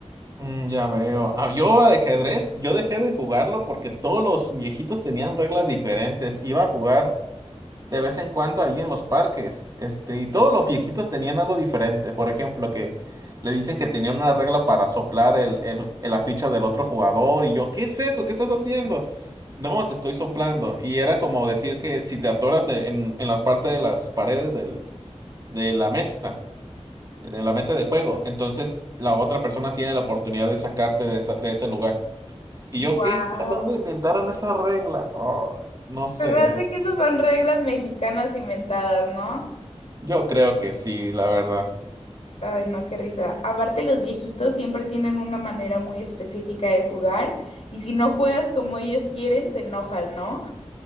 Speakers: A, on the right; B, on the left.
A: Mm, ya veo. Ah, yo de ajedrez, yo dejé de jugarlo porque todos los viejitos tenían reglas diferentes. Iba a jugar. de vez en cuando ahí en los parques. Este, y todos los viejitos tenían algo diferente. Por ejemplo, que le dicen que tenían una regla para soplar el, el, el- la ficha del otro jugador. Y yo, ¿qué es eso? ¿Qué estás haciendo? No, te estoy soplando. Y era como decir que si te atoras de- en, en la parte de las paredes del- de la mesa, de la mesa de juego, entonces la otra persona tiene la oportunidad de sacarte de, esa- de ese lugar. Y
B: Wow.
A: yo, ¿qué? ¿A ¿Dónde inventaron esa regla? Oh, no sé.
B: Se me hace que esas son reglas mexicanas inventadas, ¿no?
A: Yo creo que sí, la verdad.
B: Ay, no, qué risa. Aparte, los viejitos siempre tienen una manera muy específica de jugar y si no juegas como ellos quieren, se enojan, ¿no?